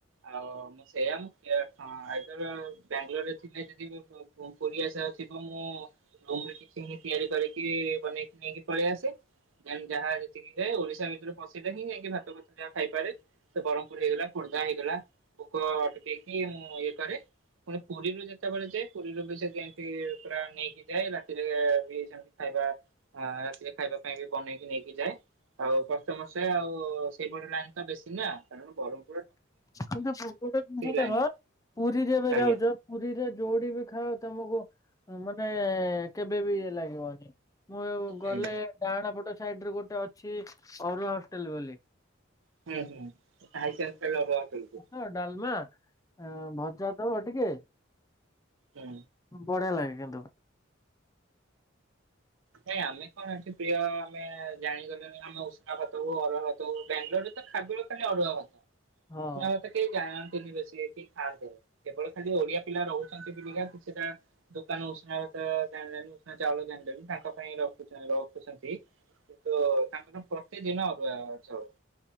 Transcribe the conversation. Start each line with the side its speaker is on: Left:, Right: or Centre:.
Right: ଆଉ ମୁଁ ସେଇଆ ମୁଁ ହଁ ଆଇଦର୍ ବାଙ୍ଗଲୋରରେ ଥିଲେ ଯଦି ପୁରୀ ଆସିବା ଥିବ ମୁଁ ରୁମରେ କିଛି ହିଁ ତିଆରି କରିକି ବନେଇକି ନେଇକି ପଳେଇ ଆସେ ଜେନ୍ତ ଯାହା ଯାଏ ଓଡିଶା ଭିତରେ ପସେଇିଲେ ହିଁ ଯାଇକି ଭାତ ଫାତ ଯାହା ଖାଇପାରେ ସେ ବ୍ରହ୍ମପୁର ହେଇଗଲା ଖୋର୍ଦ୍ଧା ହେଇଗଲା। ଭୋକ ଅଟକେଇକି ମୁଁ ଇଏ କରେ ପୁଣି ପୁରୀରୁ ଯେତେବେଳେ ଯାଏ। ପୁରୀରୁ ବି ସେ ଏମତି ପୁରା ନେଇକି ଯାଏ ରାତିରେ ବି ସେମିତି ଖାଇବା ହଁ ରାତିରେ ଖାଇବା ପାଇଁ ବି ବନେଇକି ନେଇକି ଯାଏ। ଆଉ କଷ୍ଟେ ମସେ ଆଉ ସେଇଭଳି ଲାଇନ୍ ତ ବେଶୀ ନା କାରଣ ବରହ୍ମ
Left: କିନ୍ତୁ ଗୋଟେ
Right: ଲାଇନ୍।
Left: <inaudible> ପୁରୀରେ ଏବେ
Right: ଆଜ୍ଞା
Left: ଯାଉଚ ପୁରୀରେ ଯୋଉଡି ବି ଖାଅ ତମକୁ ମାନେ କେବେ ବି ଇଏ ଲାଗିବନି। ମୁଁ
Right: ହୁଁ
Left: ଗଲେ ଡାହାଣପଟ ସାଇଡରେ ଗୋଟେ ଅଛି ଅରୁଆ ହୋଟେଲ ବୋଲି।
Right: ହୁଁ ହୁଁ <inaudible>
Left: ହଁ ଡାଲମା ଆଁ ଭଜା ଦବ ଟିକେ।
Right: ହୁଁ।
Left: ବଢିଆ ଲାଗେ କିନ୍ତୁ।
Right: ଭାଇ ଆମେ କଣ ଏଠି ପ୍ରାୟ ଆମେ ଜାଣିଗଲେୁଣି ଆମେ ଉଷୁନା ଭାତ ହ ଅରୁଆ ଭାତ ହଉ ବାଙ୍ଗାଲୋରରେ ତ ଖାବୁଳ ଖାଲି ଅରୁଆ ଭାତ
Left: ହଁ।
Right: ଉଷୁନା କେ ଯାଆନ୍ତିନି ବେସି କି ଖାଆନ୍ତି କେବଳ ଖାଲି ଓଡିଆ ପିଲା ରହୁଛନ୍ତି ବେଳିକା କି ସେଟା। ଦୋକାନ ଉଷୁନା ଭାତ ଜାଣି ଜାଣି ଉଷୁନା ଚାଉଳ ଜାଣିି ଜାଣି ତାଙ୍କ ପାଇଁ ରଖୁ ରଖୁଛନ୍ତି କିନ୍ତୁ ତାଙ୍କର ପ୍ରତିଦିନ ଅରୁଆ ଚାଉଳ।